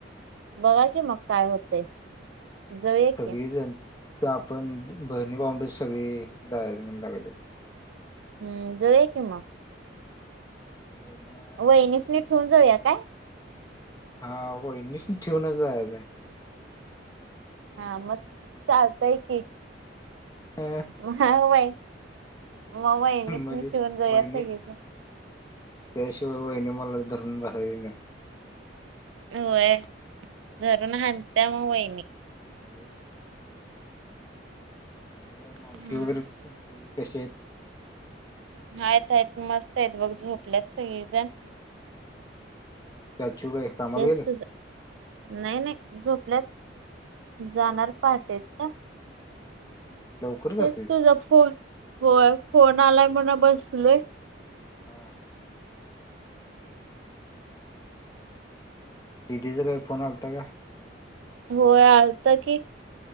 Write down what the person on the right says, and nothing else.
बघा की मग काय होतंय जाऊया
की
हम्म जय कि मग.
वहिनी नि ठेवून जायात काय?
हा मग चालतय की.
मग वय मग वहिनीसनी
ठेवून जाऊया
सगळीजण.
वय धरून हांणत मग वहिनी.
हम्म
आहेत आहेत मस्त आहेत बघ झोपल्यात सगळीजण.
हेच
नाही नाही झोपल्यात जाणार
पहाटेच.
तेच तुझा फोन होय फोन आलाय म्हणा बसलोय.
होय आलत कि